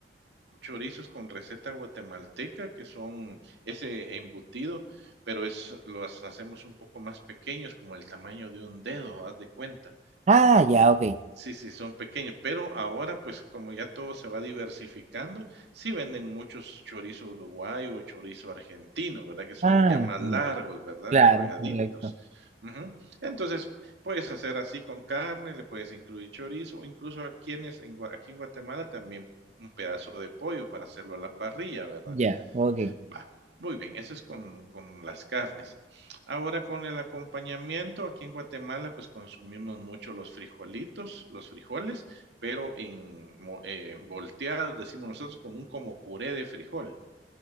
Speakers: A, on the right; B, on the right.
A: chorizos con receta guatemalteca, que son ese embutido, pero es, los hacemos un poco más pequeños, como el tamaño de un dedo, haz de cuenta.
B: Ah, ya, ok.
A: Sí, sí, son pequeños, pero ahora, pues, como ya todo se va diversificando, sí venden muchos chorizo uruguayo o chorizo argentino, ¿verdad? Que son
B: Ah,
A: ya más largos,
B: ya.
A: ¿verdad?
B: Claro,
A: Enrolladitos.
B: correcto.
A: Ujú. Entonces, puedes hacer así con carne, le puedes incluir chorizo, o incluso a quienes en Gua- aquí en Guatemala también un pedazo de pollo para hacerlo a la parrilla, ¿verdad?
B: Ya, ok.
A: Va, muy bien, eso es con, con las carnes. Ahora con el acompañamiento, aquí en Guatemala, pues consumimos mucho los frijolitos, los frijoles, pero en mo- eh, volteados, decimos nosotros, como un como puré de frijol,